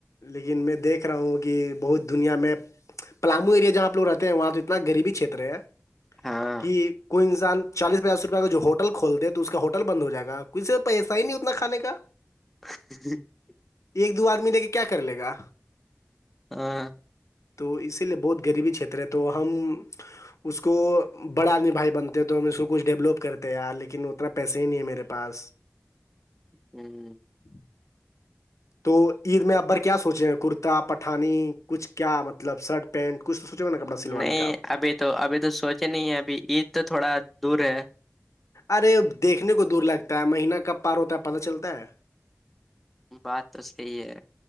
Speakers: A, on the left (about 80°); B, in the centre.
A: لیکن میں دیکھ رہا ہوں کہ بہت دنیا میں پلامو ایریا جہاںپ لو رہتے ہیں وہاں تو اتنا غریبی چھیتر ہے
B: ہاں
A: کہ کوئی انسان چالیس پچاس روپئے کا جو ہوٹل کھول د تو اس کا ہوٹل بند ہو جائے گا کچھ سے تو پ ایسہ ہی نہیں اتنا کھانے کا <inaudible>
B: <inaudible>
A: ایک دو آدمی دے کے کیا کر لے گا
B: ہاں
A: تو اسی لیے بہت غریبی چھیتر ہے تو ہم اس کو بڑا آدمی بھائی بنتے ہیں تو ہم اس کو کچھ ڈیولپ کرتے یار لیکن اتنا پیسے ہی نہیں ہے میرے پاس
B: ہوں <inaudible>
A: ہی <inaudible> تو عید میں اکبر کیا سوچے ہیں کرتا پٹھانی کچھ کیا مطلب شرٹ پینٹ کچھ تو سوچے ہو نا کپڑا سلوانے
B: نہیں
A: کا
B: ابھی تو ابھی تو سوچے نہیں ہے ابھی عید تو تھوڑا دور ہے
A: ارے دیکھنے کو دور لگتا ہے مہینہ کب پار ہوتا ہے پتا چلتا ہے
B: بات تو صحی ہے